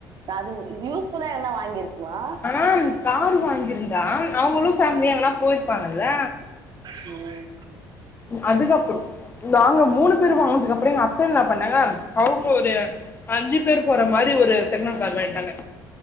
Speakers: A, on the right; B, on the left.
A: அதுவு யூஸ்ஃபுல்லா எதுனா வாங்கியிருக்லா
B: ஆனா கார் வாங்கிருந்தா அவுங்களு ஃபேமிலியா எங்கனா போயிருப்பாங்கல
A: ம்
B: அதுக்கப்பு நாங்க மூணு பேரு வாங்கனதுக்குப்புற எங்க அத்த என்ன பண்ணாங்க அவுங்க ஒரு அஞ்சு பேர் போற மாரி ஒரு செகனன் கார் வாங்கிடாங்க